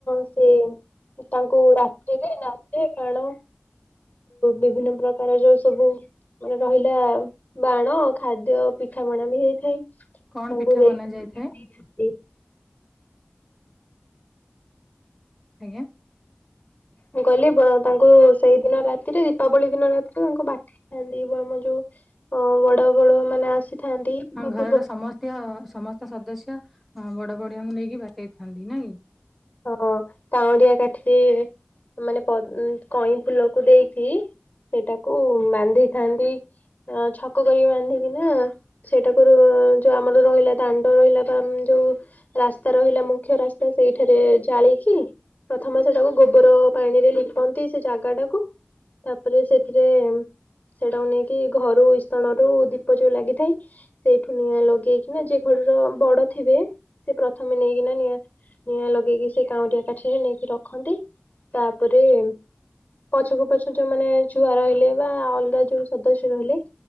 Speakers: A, on the left (about 45°); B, in the centre.
A: ସେ ତାଙ୍କୁ ରାତିରେ ନାଚରେ କଣ? ବିଭିନ୍ନ ପ୍ରକାର ଯୋଉ ସବୁ ମାନେ ରହିଲା ବାଣ ଖାଦ୍ୟ ପିଠାମଣା ବି ହେଇଥାଏ।
B: କଣ
A: ତାଙ୍କୁ
B: ପିଠା
A: ଦେଇକି
B: ବନା ଯାଇଥାଏ
A: ନେଇ ଦେଇଥାନ୍ତି।
B: ଆଜ୍ଞା।
A: ମୁଁ କହିଲି ବ ତାଙ୍କୁ ସେଇଦିନ ରାତିରେ ଦୀପାବଳି ଦିନ ରାତିରେ ତାଙ୍କ ବାଟେଇ ଥାନ୍ତି। ଆମ ଯୋଉ ଅ ବଡ ବଡୁଆ ମାନେ ଆସିଥାନ୍ତି। କିମ୍ବା
B: ହଁ ଘରର
A: ପୂର୍ବ
B: ସମସ୍ତ ସମସ୍ତ ସଦସ୍ୟ ବଡ ବଡିଆଙ୍କୁ ନେଇକି ବାଟେଇଥାନ୍ତି ନା କି।
A: ହଁ କାଉଁରିଆ କାଠି ମାନେ ପଦ୍ କଇଁ ଫୁଲକୁ ଦେଇକି ସେଇଟାକୁ ବାନ୍ଧିଥାନ୍ତି। ଆ ଛକ କରିକି ବାନ୍ଧିକି ନା ସେଇଟାକୁ ଯୋଉ ଆମର ରହିଲା ଦାଣ୍ଡ ରହିଲା। ବା ଯୋଉ ରାସ୍ତା ରହିଲା। ମୁଁ ମୁଖ୍ୟ ରାସ୍ତା ସେଇଠାରେ ଜାଳିକି ପ୍ରଥମ ସେଟାକୁ ଗୋବର ପାଣିରେ ଲିପନ୍ତି ସେ ଜାଗା ଟାକୁ। ତାପରେ ସେଥିରେ ସେଇଟାକୁ ନେଇକି ଘରୁ ଇସଣରୁ ଦୀପ ଯୋଉ ଲାଗିଥାଏ। ସେଇଠୁ ନିଆଁ ଲଗେଇକିନା ଯେ ଘରର ବଡ ଥିବେ। ସେ ପ୍ରଥମେ ନେଇକିନା ନିଆଁ ନିଆଁ ଲଗେଇକି ସେ କାଉଁରିଆ କାଠରେ ନେଇକି ରଖନ୍ତି। ତାପରେ ପଛକୁ ପଛ ଯୋଉ ମାନେ ଛୁଆ ରହିଲେ। ବା ଅଲଗା ଯୋଉ ସଦସ୍ୟ ରହିଲେ।